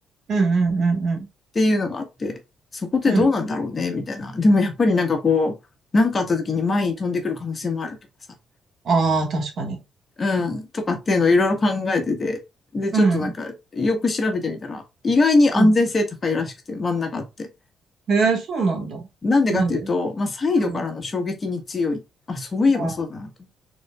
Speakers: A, on the right; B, on the left.
A: うん、うん、
B: ていうのがあって、そこってどうなんだろうね、
A: うん。
B: みたいな。でもやっぱりなんかこう、なんかあった時に前に飛んでくる可能性もあるとかさ、
A: ああ、確かに。
B: うん、とかっていうのをいろいろ考えてて、で、ちょっとなんか、
A: うん、
B: よく調べてみたら、意外に安全性高いらしくて、
A: うん。
B: 真ん中って。
A: へえ、そうなんだ。
B: なんでかっていうと、
A: なんでう
B: まあ、サイドからの衝撃に強い。
A: ん。
B: あ、そういえばそうだなと。
A: まあ、